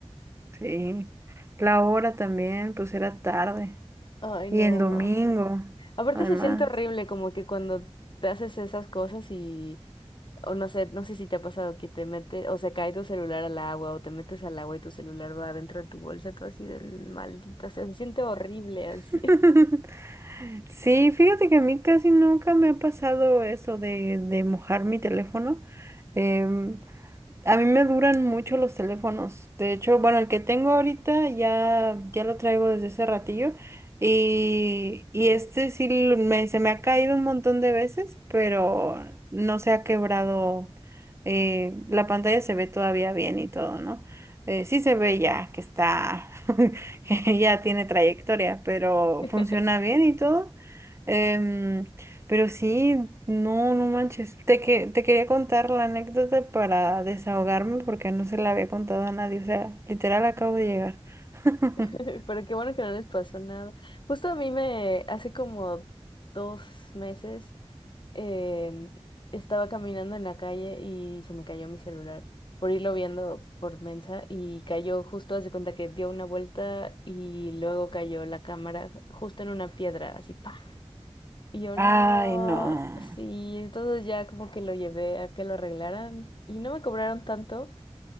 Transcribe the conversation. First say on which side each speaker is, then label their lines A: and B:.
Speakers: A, on the right (about 25°); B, on the left (about 45°).
A: Sí. La hora también, pues era tarde.
B: ay,
A: Y
B: no.
A: en domingo,
B: Aparte
A: además.
B: se siente horrible como que cuando te haces esas cosas y, o no sé, no sé si te ha pasado que te mete, o se cae tu celular al agua, o te metes al agua y tu celular va dentro de tu bolsa, tú así de maldita sea, se siente horrible así.
A: <laughs> Sí, fíjate que a mí casi nunca me ha pasado eso de, de mojar mi teléfono. em, a mí me duran mucho los teléfonos. De hecho, bueno, el que tengo ahorita ya, ya lo traigo desde ese ratillo. Y, y este sí lo- me, se me ha caído un montón de veces, pero no se ha quebrado. eh, la pantalla se ve todavía bien y todo, ¿no? Eh, sí se ve ya que está, <laughs> que ya tiene trayectoria, pero
B: <laughs>
A: funciona bien y todo. Em, pero sí, no, no manches. Te, que, te quería contar la anécdota para desahogarme porque no se la había contado a nadie. O sea, literal acabo de llegar. <laughs>
B: <laughs> Pero qué bueno que no les pasó nada. Justo a mí me, hace como dos meses, em, estaba caminando en la calle y se me cayó mi celular por irlo viendo por Mensa y cayó justo, hace cuenta que dio una vuelta y luego cayó la cámara justo en una piedra, así, pa. Y yo
A: Ay,
B: no,
A: no.
B: sí, entonces ya como que lo llevé a que lo arreglaran y no me cobraron tanto.